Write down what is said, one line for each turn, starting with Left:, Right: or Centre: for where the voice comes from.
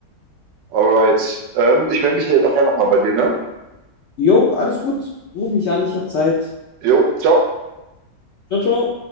Right: Alright. Ähm, ich melde mich hier nachher nochmal bei dir, ne?
Left: Jo, alles gut. Ruf mich an, ich habe Zeit.
Right: Jo, ciao.
Left: Ciao, ciao.